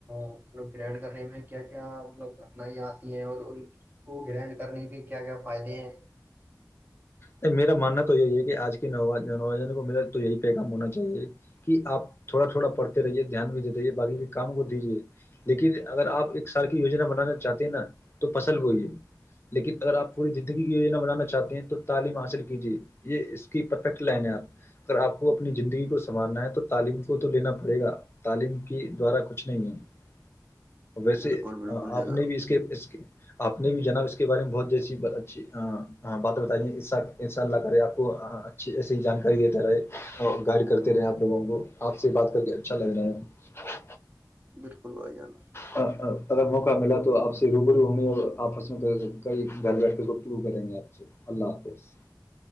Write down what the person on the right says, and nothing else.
مطلب گہن کرنے میں کیا کیا مطلب کٹنائیاں آتی ہیں اور ان کو گر کرنے کہ کیا کیا فائدے ہیں
بالکل بالکل
جناب
بالکل بھائی جان